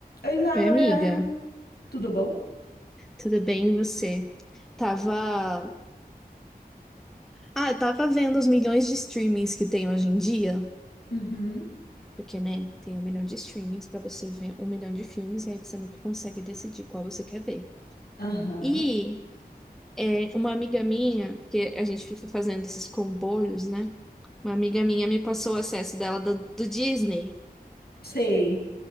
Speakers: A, on the left; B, in the centre.
A: Oi, Laura,
B: Oi, amiga.
A: tudo bom?
B: Tudo bem, e você? Tava. Ah, eu tava vendo os milhões de streamings que tem hoje em dia.
A: Uhum,
B: Porque, né, tem um milhão de streamings pra você ver um milhão de filmes e aí você nunca consegue decidir qual você quer ver.
A: aham,
B: E é, uma amiga minha, porque a gente fica fazendo esses comboios, né? Uma amiga minha me passou o acesso dela do, do Disney.
A: sei.